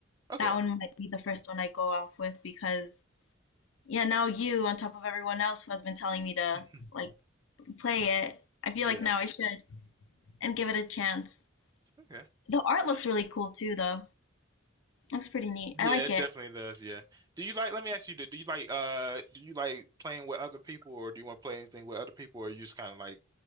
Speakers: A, on the right; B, on the left.
A: Okay.
B: That one might be the first one I go off with because yeah, now you on top of everyone else who has been telling me to
A: <laughs>
B: like play it, I feel
A: Yeah.
B: like now I should and give it a chance.
A: Okay.
B: The art looks really cool too though. Looks pretty neat.
A: Yeah,
B: I like
A: it
B: it.
A: definitely does. Yeah. Do you like, let me ask you, do do you like, uh, do you like playing with other people or do you want to play anything with other people or you just kind of like